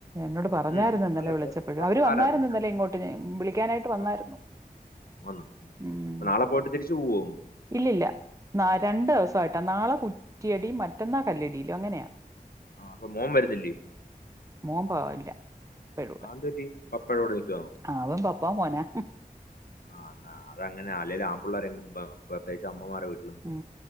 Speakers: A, on the right (about 20°); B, on the left (about 70°).
A: എന്നോട് പറഞ്ഞായിരുന്നു
B: ഉം.
A: ഇന്നലെ
B: അല്ല
A: വിളിച്ചപ്പഴ്
B: പോട്ടെ, പോട്ടെ
A: അവര്
B: സാരമില്ല.
A: വന്നായിരുന്ന് ഇന്നല്ലേ
B: ഞാൻ
A: ഇങ്ങോട്ട് എ വിളിക്കാനായിട്ട് വന്നായിരുന്നു
B: ആ വന്നോ
A: ഉം
B: അപ്പ നാളെ പോയിട്ട് തിരിച്ച് പോവോ
A: ഇല്ലില്ല ന രണ്ട് ദിവസമായിട്ടാ നാളെ കുറ്റിയടിയും മറ്റന്നാ കല്ലടിലും അങ്ങനെയാ
B: ആഹ അപ്പൊ മോൻ വരുന്നില്ലേ
A: മോൻ പാവല്ലേ പെടു
B: അതെന്ത് പറ്റി പപ്പടെ കൂടെ നിക്കുവോ
A: ആവൻ പപ്പാ മോനാ ഉം
B: ആഹ് അത അതങ്ങനാ അല്ലേലും ആമ്പിള്ളേരെങ്ങും പെ പ്രത്യേകിച്ച് അമ്മമാരെ വീട്ടിൽ
A: ഉം